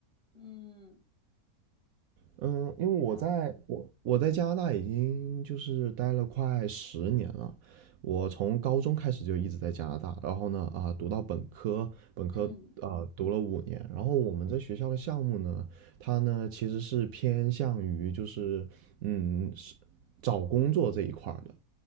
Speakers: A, in the centre; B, on the right.
A: 嗯，
B: 嗯，因为我在我我在加拿大已经就是待了快十年了，
A: 是的，
B: 我从高中开始就一直在加拿大，然后呢啊、读到本科，本科啊、
A: 嗯
B: 读了五年，然后我们这学校的项目呢，它呢其实是偏向于就是嗯是找工作这一块儿的，